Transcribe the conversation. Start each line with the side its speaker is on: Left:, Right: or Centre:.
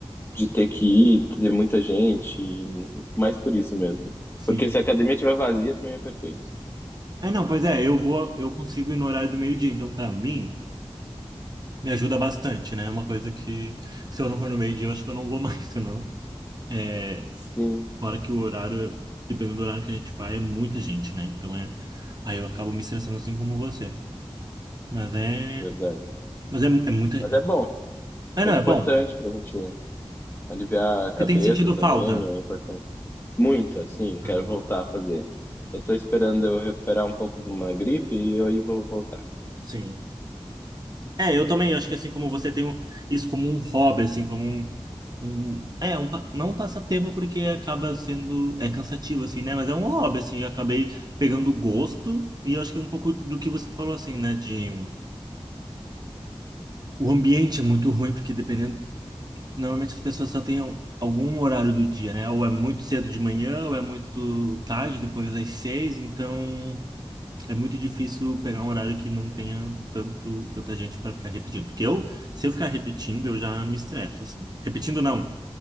Left: de ter que ir, ter muita gente, e mais por isso mesmo.
Right: Sim.
Left: Porque se a academia estiver vazia, para mim é perfeito.
Right: É, não, pois é, eu vou, eu consigo ir no horário do meio-dia, então pra mim me ajuda bastante, né? É uma coisa que se eu não for no meio-dia, eu acho que eu não vou mais, <laughs> senão. É,
Left: Sim,
Right: fora que o horário, dependendo do horário que a gente vai, é muita gente, né? Então é, aí eu acabo me estressando assim como você. Mas é,
Left: verdade.
Right: mas é, mu- é muita.
Left: Mas
Right: É,
Left: é bom,
Right: é,
Left: muito
Right: não, é
Left: importante
Right: bom.
Left: para a gente aliviar a cabeça
Right: Você tem sentido
Left: também,
Right: falta.
Left: é importante. Muito, assim, quero
Right: Ah,
Left: voltar a fazer. Eu tô esperando eu recuperar um pouco de uma gripe e eu aí vou voltar.
Right: Sim. É, eu também acho que assim como você tem um- isso como um hobby, assim, como um, um- é, um, pa- não um passatempo porque acaba sendo, é cansativo, assim, né? Mas é um hobby, assim, eu acabei pegando gosto e eu acho que é um pouco do que você falou, assim, né? De o ambiente é muito ruim porque dependendo, normalmente as pessoas só têm al- algum horário do dia, né? Ou é muito cedo de manhã, ou é muito tarde, depois das seis, então é muito difícil pegar um horário que não tenha tanto, tanta gente para ficar repetindo. Porque eu, se eu ficar repetindo, eu já me estresso, assim. Repetindo não,